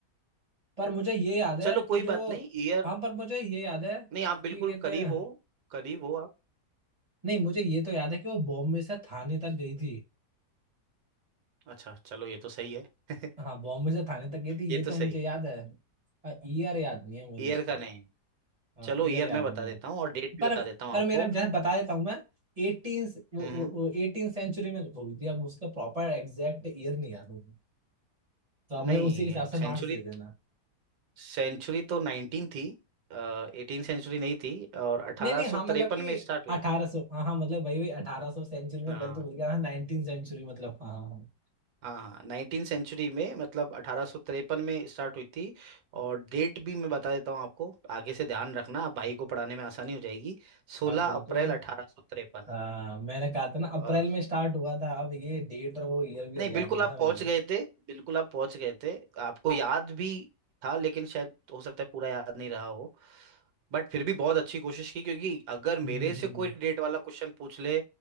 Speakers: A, on the right; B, on the right.
A: पर मुझे ये याद है
B: चलो
A: कि
B: कोई
A: जो
B: बात नहीं ईयर
A: हाँ पर मुझे ये याद है
B: नहीं आप बिल्कुल
A: कि कहते
B: करीब
A: हैं
B: हो करीब हो आप
A: नहीं मुझे ये तो याद है कि वो बॉम्बे से थाने तक गई थी
B: अच्छा चलो ये तो सही है <laughs>
A: हाँ बॉम्बे से थाने तक गई थी
B: ये
A: ये
B: तो
A: तो
B: सही
A: मुझे
B: है
A: याद है ईयर याद नहीं है मुझे
B: ईयर
A: उसका
B: का नहीं है
A: हाँ
B: चलो
A: ईयर
B: ईयर
A: याद
B: मैं बता
A: नहीं
B: देता
A: है
B: हूँ और डेट भी
A: पर
B: बता देता हूँ
A: पर
B: आपको
A: मेरा जैसे बता देता हूँ मैं एटीन
B: हम्म
A: एटीन सेंचुरी में हुई थी अब उसका प्रॉपर एग्जैक्ट ईयर नहीं याद मुझे तो हमें
B: नहीं
A: उसी के हिसाब से मार्क्स
B: सेंचुरी
A: दे देना
B: सेंचुरी तो 19 थी एटीन सेंचुरी नहीं थी और अठारह
A: नहीं नहीं हाँ
B: सौ
A: मतलब
B: तिरपन
A: कि
B: में स्टार्ट हुई
A: अठारह
B: थी
A: सौ हाँ हाँ मतलब वही वही अठारह सौ सेंचुरी में
B: हाँ
A: गलत बोल गया हाँ नाइनटीन सेंचुरी मतलब हाँ हाँ हाँ
B: हाँ हाँ नाइनटीन सेंचुरी में मतलब अठारह सौ तिरपन में स्टार्ट हुई थी और डेट भी मैं बता देता हूँ आपको आगे से ध्यान रखना आप भाई को पढ़ाने में आसानी हो जाएगी सोलह
A: हाँ बिल्कुल
B: अप्रैल अठारह सौ तिरपन
A: हाँ मैंने कहा था ना अप्रैल
B: और
A: में स्टार्ट हुआ था अब ये डेट और वो ईयर वीयर
B: नहीं
A: याद
B: बिल्कुल
A: नहीं
B: आप
A: था
B: पहुंच
A: मुझे
B: गए थे बिल्कुल आप पहुंच गए थे आपको याद भी था लेकिन शायद हो सकता है पूरा याद नहीं रहा हो बट फिर भी बहुत अच्छी कोशिश की क्योंकि अगर मेरे
A: हम्म
B: से
A: हम्म
B: कोई डेट वाला क्वेश्चन पूछ ले